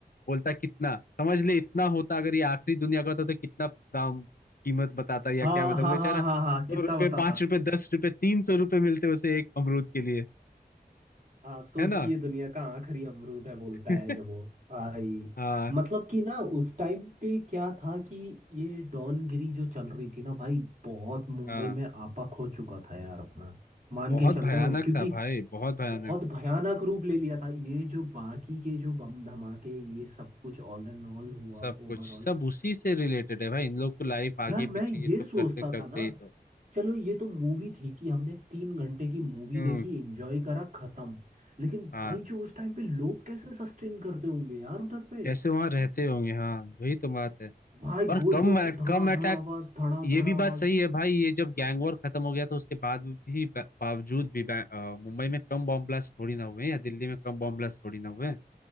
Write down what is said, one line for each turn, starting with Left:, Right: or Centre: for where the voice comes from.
Left: बोलता है, कितना समझ ले इतना होता अगर ये आखिरी दुनिया का होता तो कितना दाम कीमत बताता या
Right: हाँ
Left: क्या मतलब
Right: हाँ
Left: बेचारा
Right: हाँ हाँ हाँ कितना
Left: दो रुपए
Right: बताता
Left: पांच रुपए दस रुपए तीन सौ रुपए मिलते उसे एक अमरूद के लिए
Right: हाँ सोच
Left: है ना
Right: कि ये दुनिया का आखिरी अमरूद है बोलता
Left: <laughs>
Right: है जब वो भाई
Left: हाँ
Right: मतलब कि ना उस टाइम पे क्या था कि ये डॉनगिरी जो चल रही थी ना भाई बहुत मुंबई
Left: हाँ
Right: में आपा खो चुका था यार अपना मान
Left: बहुत
Right: के चल
Left: भयानक
Right: रहे हो क्योंकि
Left: था भाई बहुत भयानक
Right: बहुत भयानक रूप ले लिया था ये जो बाकी के जो बम धमाके ये सब कुछ ऑल एंड ऑल हुआ
Left: सब
Right: ओवरऑल
Left: कुछ सब उसी से रिलेटेड है भाई इन लोग को लाइफ
Right: यार
Left: आगे
Right: मैं
Left: पीछे
Right: ये
Left: ये सब
Right: सोचता
Left: करते करते
Right: था ना
Left: ही तो
Right: चलो ये तो मूवी थी कि हमने तीन घंटे की मूवी
Left: हम्म
Right: देखी एंजॉय करा खत्म लेकिन
Left: हाँ
Right: भाई जो उस टाइम पे लोग कैसे सस्टेन करते होंगे यार उधर पे
Left: कैसे वहां रहते होंगे हाँ वही तो बात है
Right: भाई
Left: और
Right: गोलियों
Left: कम अ-
Right: की धड़ा
Left: कम अटैक
Right: धड़ आवाज धड़ा
Left: ये
Right: धड़ आवाज
Left: भी बात सही है भाई ये जब गैंग वॉर खत्म हो गया तो उसके बाद भी बा- बावजूद भी बै- अ, मुंबई में कम बॉम्ब ब्लास्ट थोड़ी ना हुए या दिल्ली में कम बॉम्ब ब्लास्ट थोड़ी ना हुए